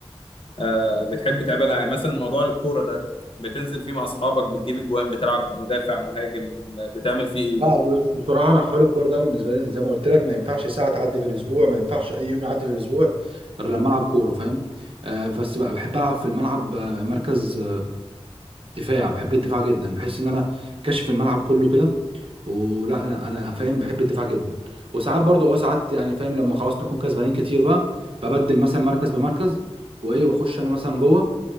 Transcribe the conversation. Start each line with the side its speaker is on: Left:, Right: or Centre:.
Left: آه بتحب تعملها يعني مثلا موضوع الكورة ده بتنزل فيه مع أصحابك بتجيب أجوان بتلعب مدافع مهاجم ب- بتعمل فيه إيه؟
Right: بقى بص بصراحه انا حوار الكوره ده بالنسبه لي زي ما قلت لك ما ينفعش ساعه تعدي في الاسبوع ما ينفعش اي يوم يعدي في الاسبوع غير لما العب كوره فاهم آه بس بقى بحب العب في الملعب آه، مركز دفاع بحب الدفاع جدا بحس ان انا كاشف الملعب كله كده ولا انا انا فاهم بحب الدفاع جدا وساعات برضو اه ساعات يعني فاهم لما خلاص نكون كسبانين كتير بقى ببدل مثلا مركز بمركز وايه واخش انا مثلا جوه